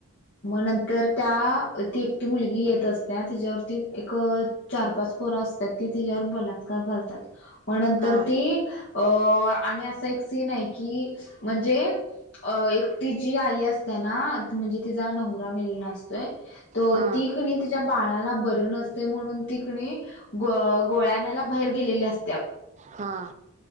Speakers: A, on the left; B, on the right.
A: मग नंतर त्या ती एकटी मुलगी येत असते हां तिच्यावरती एक चार पाच पोरं असतात ती तिच्यावर बलात्कार करतात मग नंतर
B: हा
A: ती ए अह आणि असा एक सीन आहे की म्हणजे अह एक तिची आई असते ना म्हणजे तिचा नवरा मेलेला असत त ते
B: हा
A: ती की नाय तिच्या बाळाला बर नसते म्हणून ती की नाय गो गोळ्या आनायला बाहेर गेलेले अस
B: हा.